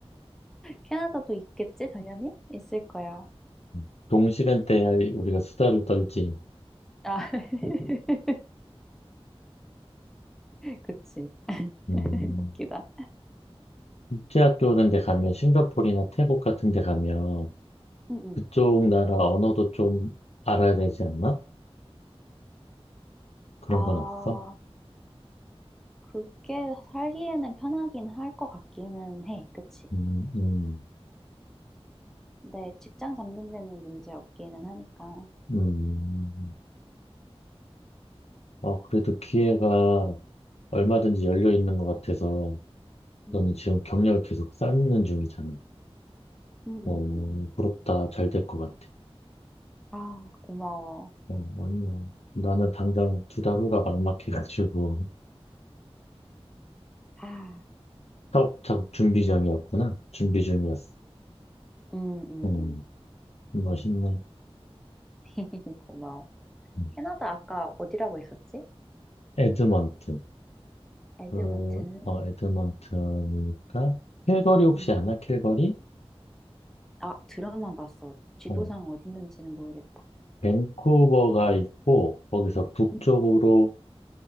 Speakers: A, in the centre; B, on the left.
A: 캐나다도 있겠지 당연히 있을 거야.
B: <laughs> 동시간대에 우리가 수다를 떨지.
A: 아 <laughs> 그치. <laughs>
B: 음,
A: 웃기다.
B: 국제학교 오런데 가면 싱가포르나 태국 같은 데 가면
A: 응, 응.
B: 그쪽 나라 언어도 좀 알아야 되지 않나? 그런
A: 아,
B: 건 없어?
A: 그게 살기에는 편하긴 할 것 같기는 해. 그치?
B: 음, 음,
A: 근데 직장 잡는 데는 문제 없기는 하니까.
B: 음. 어, 그래도 기회가 얼마든지
A: 음,
B: 열려 있는 것 같아서
A: 음.
B: 너는 지금 경력을 계속 쌓는 중이잖아.
A: 음, 음,
B: 어,
A: 음.
B: 부럽다. 잘 될 것 같아.
A: 아, 고마워.
B: 어, 아니야. 나는 당장 두 달 후가 막막해가지고
A: 아,
B: <laughs> 차곡차곡 준비 중이었구나. 준비 중이었어.
A: 음, 음,
B: 음,
A: 음.
B: 멋있네.
A: <laughs> 고마워.
B: 음.
A: 캐나다 아까 어디라고 했었지?
B: 에드먼튼.
A: 에드먼튼.
B: 그, 어, 에드먼튼이니까 캘거리 혹시
A: 음,
B: 아나? 캘거리?
A: 아, 드라마 봤어. 지도상
B: 어,
A: 어디 있는지는 모르겠다.
B: 밴쿠버가 있고 거기서 북쪽으로
A: 음, <gasps>